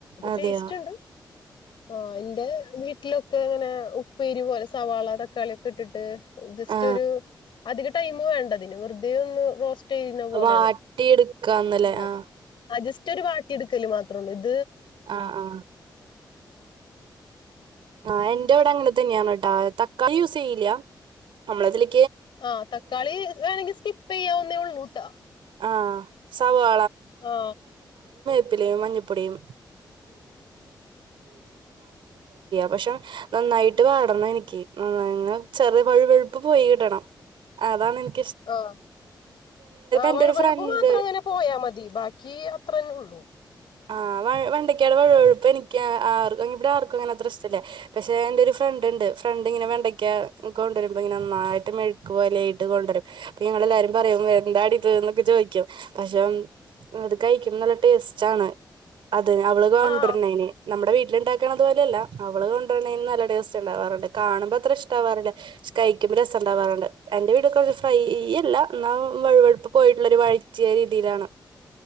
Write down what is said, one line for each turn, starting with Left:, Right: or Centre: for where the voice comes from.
Right: അതെയോ
Left: ടേസ്റ്റ്ണ്ട് ആ എന്റെ വീ വീട്ടിലൊക്കെ ഇങ്ങനെ ഉപ്പേരി പോലെ സവാള തക്കാളി ഒക്കെ ഇട്ടിട്ട് ജസ്റ്റ്
Right: ആ
Left: ഒരു അധിക ടൈമ് വേണ്ടതിന് വെറുതെ ഒന്ന് റോസ് റ്റെയ്‌ന പോലെ
Right: വാട്ടിയെടുക്കാന്നല്ലേ
Left: ആണ് ഇണ്ടാക്കാ
Right: ആ
Left: ആജിസ് ഒരു വാ ട്ടി യെടുക്കൽ മാത്രമേയുള്ളു
Right: ആ ആ ആഹ് എന്റെ അവിടെ അങ്ങനെ തന്നെയാണ് കേട്ടാ തക്കാളി യൂസ് ചെയ്യില്ല നമ്മളതില്
Left: ആതക്കാളി വേണെങ്കി സ്കിപ്പ് യ്യാവുന്നേ ഉള്ളൂട്ടാ
Right: ആ സവാ
Left: ആ
Right: പ്പിലയും മഞ്ഞപ്പൊടിയും പക്ഷം നന്നായി ട്ട് വടണമെനിക്ക് ഉം ചെറിയ വഴുവഴുപ്പ് പോയികിട്ടണം - അതാണ് എന്
Left: ആ ആവഴു
Right: എന്റെ ഒരു
Left: വഴു
Right: ഫ്രണ്ട്
Left: മാത്രം അങ്ങനെ പോയാ മതി ബാക്കി അത്രന്നെ ഉള്ളൂ
Right: ആ വഴ് വെണ്ടക്കാടെ വഴുവഴുപ്പ് എനിക്ക് ആ ആറ് എങ്ങ് ഇവ്ടെ ആർക്കും അങ്ങനെ അത്ര ഇഷ്ടല്ലാ പഷേ എന്റെ ഒരു ഫ്ര ഫ്രണ്ട് ഇണ്ട് ഫ്രണ്ട് ഇങ്ങനെ വെണ്ടക്ക കൊണ്ടുവരുമ്പോ ഇങ്ങന നന്നായിട്ട് മെഴുക്കു പോലെയിട്ട് കൊണ്ടരുംപ്പോ ഞങ് എല്ലാരും പറയും എന്താടി ഇത് എന്നൊക്കെ ചോദിക്കും പക്ഷെ അം അത് കഴിക്ക്മ്പ നല്ല ടേസ്റ്റ് ആണ് അതെ അവള് കൊണ്ടര്
Left: ആഹ്
Right: ണേണ് നമ്മ്ടെ വീ ര് ഇണ്ടാക്കണതു പോലെയല്ല അവള് കൊണ്ടരണേ നല്ല ടേസ്റ്റ് ഉണ്ടാവാറുണ്ട് കാണുമ്പ അത്ര ഇഷ്ടവാറില്ല പഷ് കഴിക്ക് രസം ഇണ്ടാവാറുണ്ട് എന്റെ വീട്ട് കൊറച്ച് ഫ്രൈ അല്ല എന്നാ വഴുവഴുപ്പ് പോയിട്ടുള്ളൊരു വഴറ്റിയ രീതിയിലാണ്